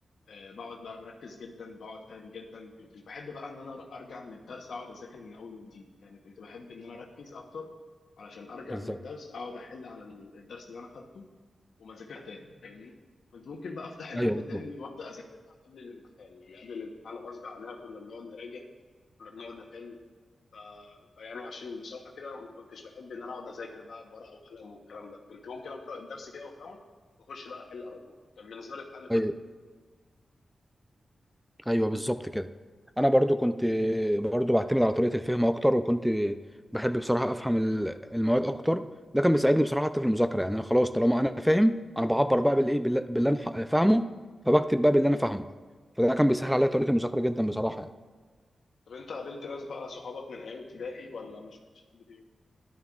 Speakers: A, on the left (about 80°); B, in the centre.
A: آه، بقعد بقى مركز جدا بقعد فاهم جدا ما كنتش بحب بقى ان انا ارجع من الدرس اقعد اذاكر من اول وجديد يعني كنت بحب ان انا اركز اكتر علشان ارجع
B: بالظبط
A: من الدرس اقعد احل على ال- الدرس اللي انا خدته وما اذاكرها تاني فاهمني كنت ممكن بقى افتح الماده
B: ايوه بالظبط
A: تاني وابدا اذاكرها قبل الامتحان يعني قبل الامتحان غصب عننا كنا بنقعد نراجع كنا بنقعد نحل ف... فيعني عشان بصراحه كده ما كنتش بحب ان انا اقعد اذاكر بقى بورقه وقلم والكلام ده كنت ممكن اقرا الدرس كده وافهمه واخش بقى احل على طول كان بالنسبه لي الحل كل
B: ايوه ايوه بالظبط كده انا برضو كنت برضو بعتمد على طريقه الفهم اكتر وكنت بحب بصراحه افهم ال- المواد اكتر ده كان بيساعدني بصراحه حتى في المذاكره يعني انا خلاص طالما انا فاهم انا بعبر بقى بالايه بال- باللي انا ح- فاهمه فبكتب بقى باللي انا فاهمه فده كان بيسهل عليا طريقه المذاكره جدا بصراحه يعني
A: طب انت قابلت ناس بقى صحابك من ايام ابتدائي ولا ما شفتش حد فيهم؟